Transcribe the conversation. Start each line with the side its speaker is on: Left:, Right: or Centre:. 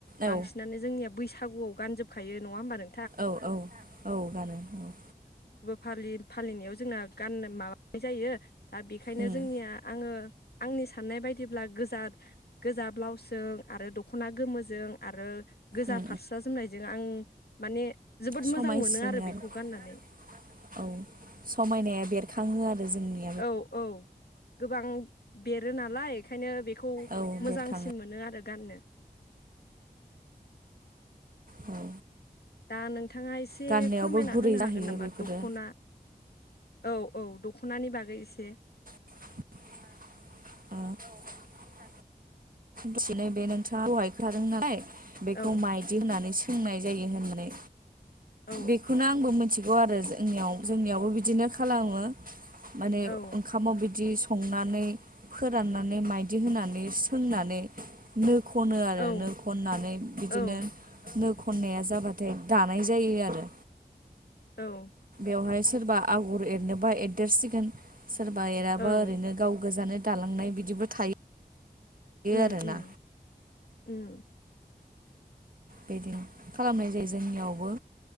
Left: बांसिनानो
Right: औ
Left: जोंनिया बैसाग फागुआव गानजोबखायो नङा होनबा नों
Right: औ औ औ गानो औ
Left: फालिर फालिनायाव जोंना गान माबानाय जायो। दा बेखायनो
Right: उम
Left: जोंनिया आङो। आंनि साननाय बायदिब्ला गोजा गोजा ब्लाउसजों आरो दख'ना गोमोजों आरो गोजा
Right: उम
Left: फारस्रा जोमनायजों आं माने जोबोद
Right: समायसिनो
Left: मोजां मोनो आरो
Right: आरो
Left: बेखौ गाननानै
Right: औ समायनाया बेरखाङो आरो जोंनि
Left: औ-औ गोबां देरो नालाय ओंखायनो बेखौ
Right: औ
Left: मोजांसिन
Right: बेरखाङो
Left: मोनो। आरो गाननो
Right: औ
Left: दा नों थाङा एसे
Right: गाननायावबो
Left: फोरमायना
Right: गुरै
Left: होनो
Right: जाहैयो
Left: हागोन नामा
Right: बेफोरो
Left: दख'ना औ-औ दखनानि बागै एसे
Right: <inaudible> बिसिनो बे नोंथाङा दहाय खोथादों नालाय बेखौ
Left: औ
Right: माइदि होननानै बुंनाय जायो होननानै
Left: औ
Right: बेखौनो आंबो मोन थिगौ आरो जोंनियाव जोंनियावबो बिदिनो खालामो माने
Left: औ
Right: ओंखामाव बि दि संनानै फोराननानै माइदि होनानै सोंनानै नो खनो आरो
Left: औ
Right: नो खननानै बिदिनो
Left: औ
Right: नो खननाया जाबाथाय दानाय जायो आरो
Left: औ।
Right: बेयावहाय सोरबा आगर एरनोबा एरदेरसिगोन। सोरबा एराबा
Left: औ
Right: ओरैनो गाव गोजानो दालांनाय बिदिबो थायो।
Left: उन
Right: आरोना
Left: उम उम
Right: बेदिनो खालामनाय जायो जोंनियावबो